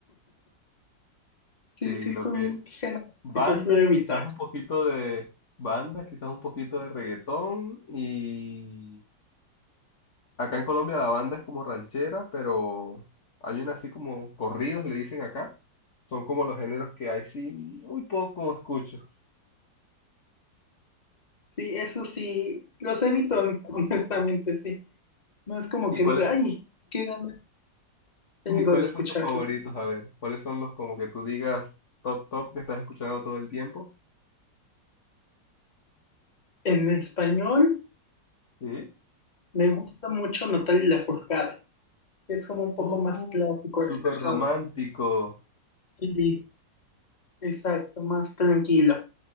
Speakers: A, on the left; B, on the left.
A: Sí,
B: Sí, sí,
A: lo
B: son
A: que
B: géneros
A: banda,
B: que prefiero evitar.
A: quizás un poquito de banda, quizás un poquito de reggaetón y acá en Colombia la banda es como ranchera, pero hay una así como corridos le dicen acá. Son como los géneros que hay sí muy poco escucho.
B: Sí, eso sí, los evito, <laughs> honestamente, sí. No es como
A: ¿Y
B: que
A: cuáles
B: diga, ay, qué ganas
A: <laughs>
B: tengo
A: y cuáles
B: de escucharlo.
A: son tus favoritos? A ver, ¿cuáles son los como que tú digas top, top que estás escuchando todo el tiempo?
B: En español
A: Sí.
B: me gusta mucho Natalia Lafourcade. Es como un poco
A: Oh,
B: más clásico,
A: súper
B: relajado.
A: romántico.
B: Sí, exacto, más tranquilo.